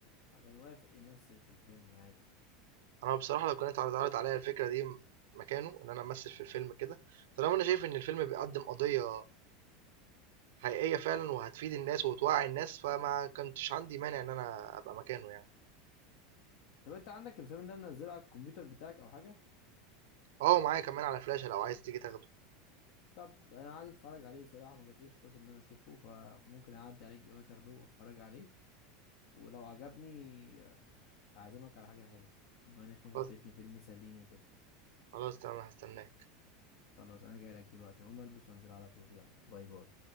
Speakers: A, on the left; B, on the right.
A: عشان وافق يمثل في الفيلم عادي
B: انا بصراحه لو كانت اتعرضت عليا الفكره دي م- مكانه ان انا امثل في الفيلم كده طالما انا شايف ان الفيلم بيقدم قضيه حقيقيه فعلا وهتفيد الناس وتوعي الناس فما كنتش عندي مانع ان انا ابقى مكانه يعني
A: طب انت عندك الفيلم ده منزله على الكمبيوتر بتاعك او حاجة
B: اه معايا كمان على فلاشه لو عايز تيجي تاخده
A: طب انا عايز اتفرج عليه صراحة ما جاتليش فرصة ان انا اشوفه فممكن اعدي عليك دلوقتي اخده واتفرج عليه ولو عجبني هعزمك على حاجة حلوة بما انك انت
B: خلاص
A: اديتني فيلم يسليني وكده
B: خلاص تمام هستناك
A: خلاص انا جاي لك دلوقتي هقوم البس وانزل على طول يلا باي باي